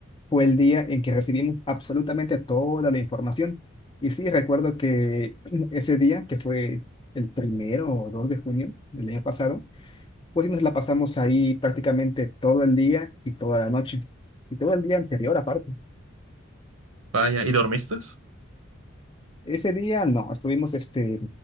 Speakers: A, on the left (about 20°); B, on the right (about 85°).
A: fue el día en que recibimos absolutamente toda la información. Y sí, recuerdo que <clears throat> ese día, que fue el primero o 2 de junio del año pasado, pues sí nos la pasamos ahí prácticamente todo el día y toda la noche. Y todo el día anterior aparte.
B: Vaya, ¿y dormiste?
A: Ese día no, estuvimos este,